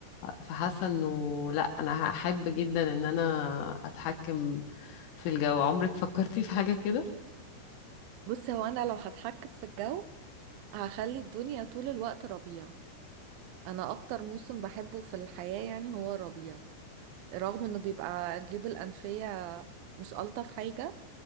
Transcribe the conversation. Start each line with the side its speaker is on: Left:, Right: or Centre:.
Left: فحاسه انه لا انا هحب جدا ان انا اتحكم في الجو عمرك فكرتي في حاجه كده
Right: بصي هو انا لو هتحكم في الجو هخلي الدنيا طول الوقت ربيع انا اكتر موسم بحبه في الحياة يعني هو الربيع رغم انه بيبقى الجيوب الانفية مش الطف حاجة